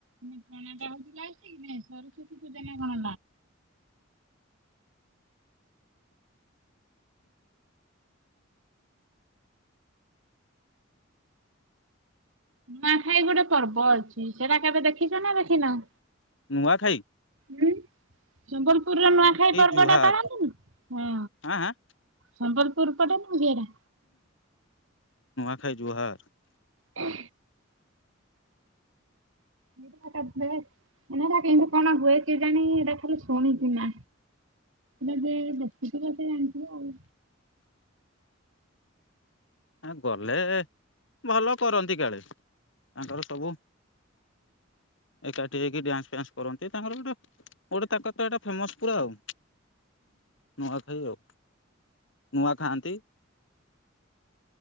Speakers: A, on the right; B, on the left.
A: ନା ପଣାଟା ହଉଛି କି ନାଇଁ ସରସ୍ୱତୀ ପୂଜା ନା କଣ ନୂଆଁଖାଇ ଗୋଟେ ପର୍ବ ଅଛି ସେଟା କେବେ ଦେଖିଛ ନା ଦେଖିନ?
B: ନୂଆଁଖାଇ।
A: ହୁଁ। ସମ୍ବଲପୁରର ନୂଆଁଖାଇ ପର୍ବ
B: ଜୁହାର
A: ଟା ପାଳନ୍ତିନି? ହଁ
B: ଆଁ ଆଁ
A: ସମ୍ବଲପୁର ପଟେନା ବେଡ଼ା।
B: ଖାଇ ଜୁହାର।
A: ଉଁ। <unintelligible> କିଁତି କଣ ହୁଏ କେଜାଣି? ଏଇଟା ଖାଲି ଶୁଣିଛି ମା। ବେବେ-ଏ ବେ। କିତି କଥା ଜାଣିଥିବ ଆଉ।
B: ଆ ଗଲେ ଭଲ କରନ୍ତି କାଳେ। ଆଙ୍କ ର ସବୁ ଏକାଠି ହେଇକି ଡ୍ୟାନ୍ସ ଫ୍ୟାନ୍ସ କରନ୍ତି ତାଙ୍କର ଗୋଟେ ଗୋଟେ ତାଙ୍କର ତ ଏଇଟା ଫେମସ୍ ପୁରା ଆଉ। ନୂଆଁଖାଇ ଆଉ। ନୂଆଁ ଖାଆନ୍ତି।